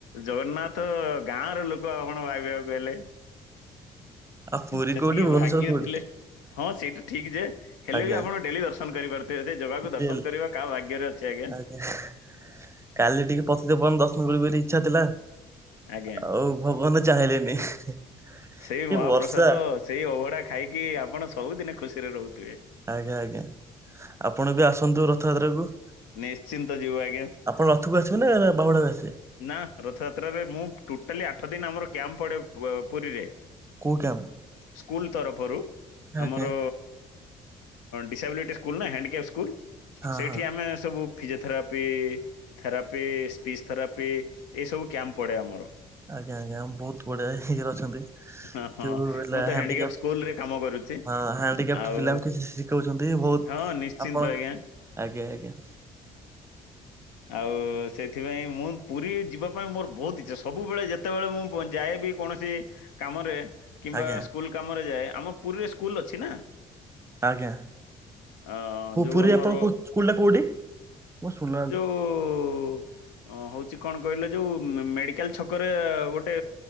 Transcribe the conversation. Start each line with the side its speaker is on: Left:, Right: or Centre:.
Left: ଜଗନ୍ନାଥ ଗାଁ ର ଲୋ କ ଆପଣ ଭାବିବାକୁ ହେଲେ
Right: ଆଉ ପୁରୀ
Left: ସେତିକି
Right: କୋଉଠି ଭୁବନେଶ୍ୱର
Left: ଭାଗ୍ୟ
Right: କୋଉଠି?
Left: ଥିଲେ। ହଁ ସେଇଟା ଠିକ୍ ଯେ। ହେଲେ
Right: ଆଜ୍ଞା
Left: ବି ଆପଣ ଡେଲି ଦର୍ଶନ କରିପାରୁଥିବେ ସେ ଜଗାକୁ ଦର୍ଶନ
Right: ତେଲ
Left: କରିବା କା ଭାଗ୍ୟରେ ଅଛି ଆଜ୍ଞା।
Right: କାଲି ଟିକେ ପତିତପାବନ ଦର୍ଶନ କରିବି ବୋଲି ଇଚ୍ଛା ଥିଲା।
Left: ଆଜ୍ଞା
Right: ଆଉ ଭଗବାନେ ଚାହିଁଲେନି କି
Left: ସେଇ ମହାପ୍ରସାଦ
Right: ବର୍ଷା।
Left: ସେଇ ଅଭଡା ଖାଇକି ଆପଣ ସବୁଦିନେ ଖୁସିରେ ରହୁଥିବେ।
Right: ଆଜ୍ଞା ଆଜ୍ଞା ଆପଣ ବି ଆସନ୍ତୁ ରଥଯାତ୍ରାକୁ।
Left: ନିଶ୍ଚିନ୍ତ ଯିବୁ ଆଜ୍ଞା।
Right: ଆପଣ ରଥକୁ ଆସିବେ ନା ବାହୁଡାରେ ଆସିବେ?
Left: ନା ରଥଯାତ୍ରାରେ ମୁଁ ଟୋଟାଲି ଆଠ ଦିନ ଆମର କ୍ୟାମ୍ପ ପଡେ ବ ପୁରୀରେ।
Right: କୋଉ କ୍ୟାମ୍ପ
Left: ସ୍କୁଲ ତରଫରୁ ଆମର।
Right: ଆଜ୍ଞା
Left: ଡିସାବିଲିଟି ସ୍କୁଲ୍ ନା ହ୍ୟାଣ୍ଡିକ୍ୟାପ୍ ସ୍କୁଲ୍
Right: ହଁ
Left: ସେଇଠି
Right: ହଁ।
Left: ଆମେ ସବୁ। ଫିଜିଓଥେରାପି, ଥେରାପି, ସ୍ପିସ୍ ଥେରାପି ଏଇସବୁ କ୍ୟାମ୍ପ ପଡ଼େ ଆମର।
Right: ଆଜ୍ଞା, ଆଜ୍ଞା ବହୁତ ବଢିଆ ଇଏରେ ଅଛନ୍ତି କିନ୍ତୁ
Left: ହଁ
Right: ହେଲା
Left: ମୁଁ
Right: ହ୍ୟାଣ୍ଡି
Left: ତ ହ୍ୟାଣ୍ଡିକ୍ୟାପ୍
Right: କ୍ୟାଫ୍ଟ
Left: ସ୍କୁଲରେ କାମ କରୁଛି
Right: ହଁ ହାଣ୍ଡିକ୍ୟାପଟ
Left: ଆଉ
Right: ପିଲା କିଛି ଶିଖଉଛନ୍ତି ବହୁତ
Left: ହଁ ନିଶ୍ଚିନ୍ତ
Right: ଆପଣ
Left: ଆଜ୍ଞା।
Right: ଆଜ୍ଞା ଆଜ୍ଞା।
Left: ଆଉ ସେଥିପାଇଁ ମୁଁ ପୁରୀ ଯିବା ପାଇଁ ମୋର ବହୁତ ଇଚ୍ଛା ସବୁବେଳେ ଯେତେବେଳେ ମୁଁ ବ ଯାଏ ବି କୌଣସି କାମରେ କିମ୍ବା
Right: ଆଜ୍ଞା
Left: ସ୍କୁଲ କାମରେ ଯାଏ ଆମ ପୁରୀରେ ସ୍କୁଲ ଅଛି ନା।
Right: ଆଜ୍ଞା
Left: ଅ
Right: ପୁ
Left: ଯୋଉ
Right: ପୁରୀ
Left: ଆମର
Right: ଆପଣ ସ୍କୁଲଟା କୋଉଠି ମୋ ଶୁନା
Left: ଉ ହଉଛି କଣ କହିଲେ ଯୋଉ ମେଡିକାଲ ଛକରେ ଗୋଟେ।